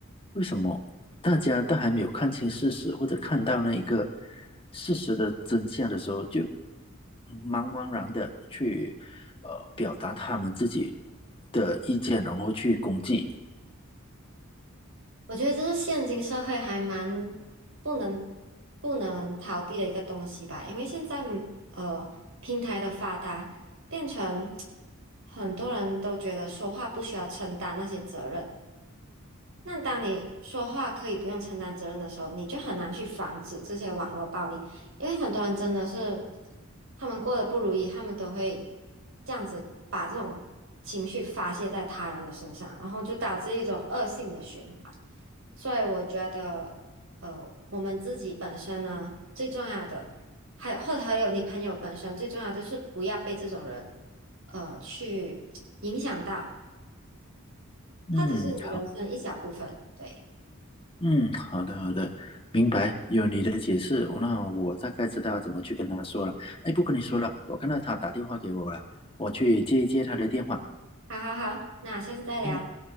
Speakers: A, on the left; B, on the right.
A: 为什么大家都还没有看清事实，或者看到那一个事实的真相的时候，就茫茫然的去呃表达他们自己的意见，然后去攻击？
B: 我觉得这是现今社会还蛮不能不能逃避的一个东西吧，因为现在嗯呃平台的发达，变成 <tsk> 很多人都觉得说话不需要承担那些责任。那当你说话可以不用承担责任的时候，你就很难去防止这些网络暴力，因为很多人真的是，他们过得不如意，他们都会这样子把这种情绪发泄在他人的身上，然后就导致一种恶性的循环。所以我觉得，呃，我们自己本身呢，最重要的，还有或者还有你朋友本身最重要的就是不要被这种人，呃，去影响到，
A: 嗯，
B: 他只是你人生一小部分，
A: 好。
B: 对。
A: 嗯，好的好的，明白，有你的解释，那我大概知道怎么去跟他说了。哎，不跟你说了，我看到他打电话给我了，我去接一接他的电话。
B: 好好好，那下次再聊。
A: 嗯，